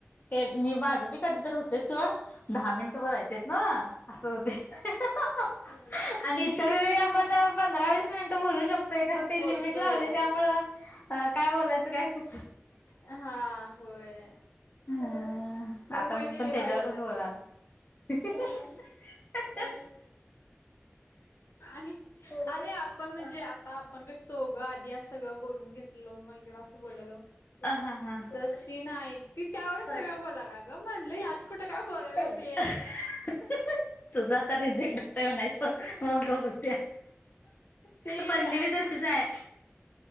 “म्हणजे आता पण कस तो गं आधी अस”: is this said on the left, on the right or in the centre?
Left